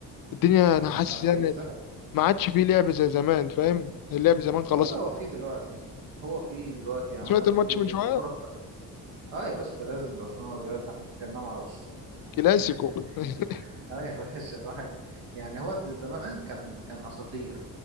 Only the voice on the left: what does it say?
الدنيا انا حاسس
يعني
ما عادش فيه لعب زي زمان فاهم اللعب زمان خلاص
سمعت
الماتش
من شويه
كلاسيكو <laughs>